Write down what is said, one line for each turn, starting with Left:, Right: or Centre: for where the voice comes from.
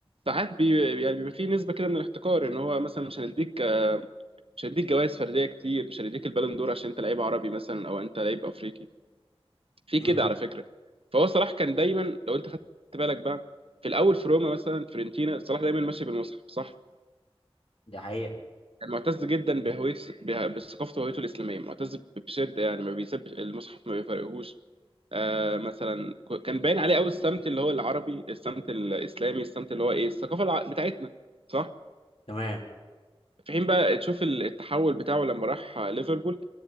Right: ساعات بي يعني بيبقى في نسبة كده من الاحتكار ان هو مثلا مش هنديك آه، مش هنديك جوائز فردية كتير مش هنديك البالون دور عشان انت لعيب عربي مثلا او انت لعيب افريقي في
Left: امم
Right: كده على فكرة فهو صلاح كان دايما لو انت خدت بالك بقى في الاول في روما مثلا فيورنتينا صلاح دايما ماشي بالمصحف صح
Left: دي حقيقة
Right: معتز جدا بهويته به- بثقافته وهويته الاسلاميه معتز بشده يعني ما بيسيبش المصحف ما بيفرقهوش آه مثلا ك- كان باين عليه قوي السمت اللي هو العربي السمت الاسلامي السمت اللي هو ايه الثقافه الع... بتاعتنا صح
Left: تمام
Right: في حين بقى تشوف ال- التحول بتاعه لما راح ليفربول